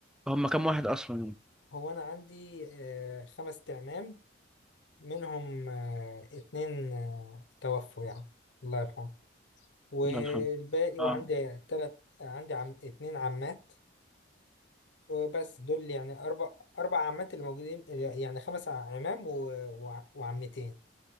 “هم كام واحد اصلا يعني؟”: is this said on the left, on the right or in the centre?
Centre